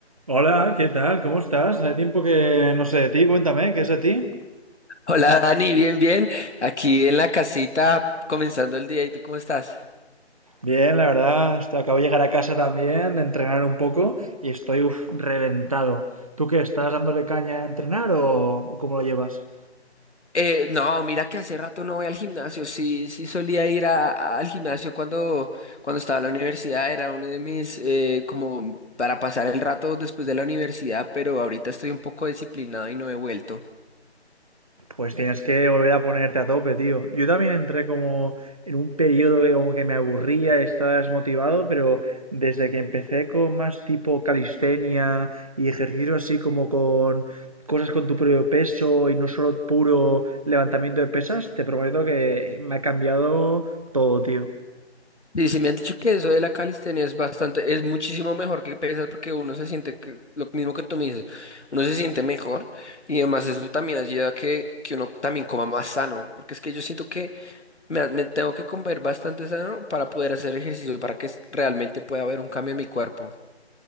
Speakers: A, on the right (about 30°); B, on the left (about 80°).
A: Hola, ¿qué tal? ¿Cómo estás? Hace tiempo que no sé de ti, cuéntame, ¿qué es de ti?
B: Hola Dani, bien, bien. Aquí en la casita comenzando el día. ¿Y tú cómo estás?
A: Bien, la verdad, este, acabo de llegar a casa también, de entrenar un poco y estoy uf, reventado. ¿Tú qué? ¿Estás dándole caña a entrenar o o cómo lo llevas?
B: Eh, no, mira que hace rato no voy al gimnasio. Sí, sí solía ir a- a- al gimnasio cuando, cuando estaba en la universidad. Era uno de mis, eh, como para pasar el rato después de la universidad, pero ahorita estoy un poco disciplinado y no he vuelto.
A: Pues tienes que volver a ponerte a tope, tío. Yo también entré como en un periodo que como que me aburría, estaba desmotivado, pero desde que empecé con más tipo calistenia y ejercicio así como con cosas con tu propio peso y no solo puro levantamiento de pesas, te prometo que me ha cambiado todo, tío.
B: Y si me han dicho que eso de la calistenia es bastante, es muchísimo mejor que pesas porque uno se siente que- lo mismo que tú me dices, uno se siente mejor y además eso también ayuda a que, que uno también coma más sano, porque es que yo siento que me, ha- me tengo que comer bastante sano para poder hacer ejercicio, para que s- realmente pueda haber un cambio en mi cuerpo.